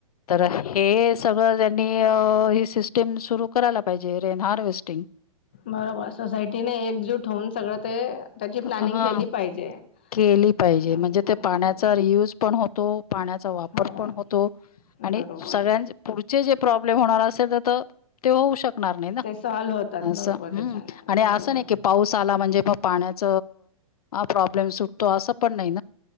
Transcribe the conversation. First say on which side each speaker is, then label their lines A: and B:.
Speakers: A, on the left; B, on the left.
A: तर, हे सगळं त्यांनी अ ही सिस्टम सुरू करायला पाहिजे.. हार्वेस्टिंग.
B: बरोबर सोसायटीे अ एकजूट होऊन सगळं ते त्याची प्लॅनिंग
A: हां.
B: केली पाहिजे. <inaudible>
A: केली पाहिजे
B: हम्म,
A: म्हणजे ते पाण्याचा रियूज पण हो तो पाण्याचा वापर
B: हो
A: पण होतो आणि
B: बरोबर
A: सगळ्यां पुढ चे जे प्रॉब्लेम होणार असेल, त त ते होऊ शकणार नाही ना.
B: ते सॉल्व होतात
A: असं
B: बरोबर
A: हं
B: त्याच्याने
A: आणि असं
B: बरोबर
A: नाही की पाऊस आला, म्हणजे मग पाण्याच प्रॉब्लेम सुटतो तो अस पण नाही